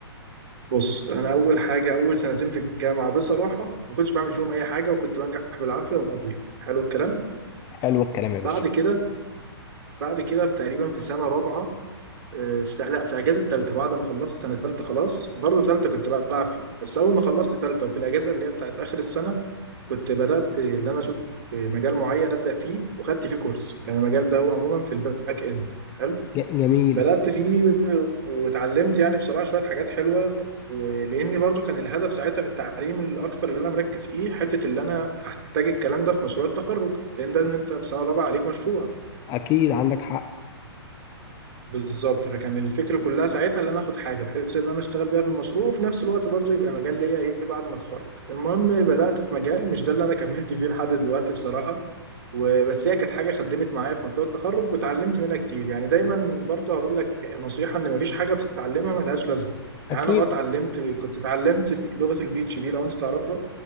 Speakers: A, on the right (about 50°); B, on the left (about 20°).
A: بص انا اول حاجه اول سنتين في الجامعه بصراحه ما كنتش بعمل فيهم اي حاجه وكنت بنجح بالعافيه ومقضيها حلو الكلام
B: حلو الكلام يا باشا
A: بعد كده بعد كده في تقريبا في سنه رابعه آه، في لا في اجازه ثالثه بعد ما خلصت سنه ثالثه خلاص برضو ثالثه كنت بلعب فيه بس اول ما خلصت ثالثه وفي الاجازه اللي هي بتاعت اخر السنه كنت بدات اللي انا اشوف في مجال معين ابدا فيه وخدت فيه كورس كان المجال ده هو عموما في الباك اند حلو
B: ج- جميل
A: بدات فيه واتعلمت يعني بصراحه شويه حاجات حلوه ولاني برضو كان الهدف ساعتها في التعليم الاكتر اللي انا مركز فيه حته اللي انا هحتاج الكلام ده في مشروع التخرج لان ده ان انت في سنه رابعه عليك مشروع
B: اكيد عندك حق
A: بالظبط فكان الفكر كلها ساعتها ان انا اخد حاجه بحيث ان انا اشتغل بيها في المشروع وفي نفس الوقت برضو يبقى مجال ليا ايه بعد ما اتخرج المهم بدات في مجال مش ده اللي انا <laughs> كملت فيه لحد دلوقتي بصراحه وبس هي كانت حاجه خدمت معايا في مشروع التخرج واتعلمت منها كتير يعني دايما برضو هقول لك نصيحه ان مفيش حاجه بتتعلمها ملهاش لازمه يعني
B: اكيد
A: انا اه اتعلمت كنت اتعلمت لغه البي اتش بي لو انت تعرفها